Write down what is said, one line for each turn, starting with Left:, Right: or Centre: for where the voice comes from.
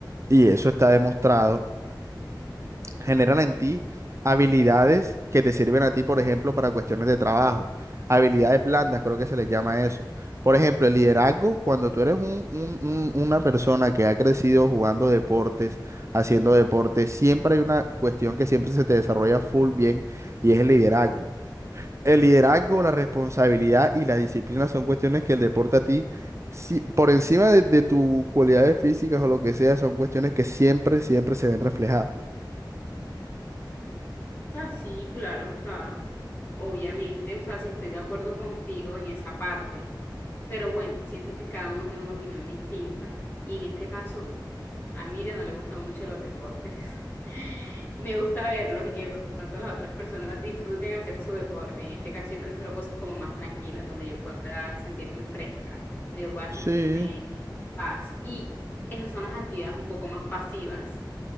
Right: y eso está demostrado, generan en ti habilidades que te sirven a ti, por ejemplo, para cuestiones de trabajo. Habilidades blandas, creo que se les llama eso. Por ejemplo, el liderazgo, cuando tú eres un- un- un- una persona que ha crecido jugando deportes, haciendo deportes, siempre hay una cuestión que siempre se te desarrolla full bien y es el liderazgo. El liderazgo, la responsabilidad y la disciplina son cuestiones que el deporte a ti, si- por encima de, de tus cualidades físicas o lo que sea, son cuestiones que siempre, siempre se ven reflejadas.
Left: Ah, sí, claro, o sea, obviamente, o sea, sí estoy de acuerdo contigo en esa parte, pero bueno, siento que cada uno tiene una opinión distinta y en este caso a Miriam no le gustan mucho los deportes. <laughs> Me gusta verlos y que de pronto las otras personas disfruten hacer su deporte. En este caso yo prefiero cosas como más tranquilas, donde yo pueda sentirme fresca, donde yo pueda sentirme
Right: Sí,
Left: en paz y esas son las actividades un poco más pasivas.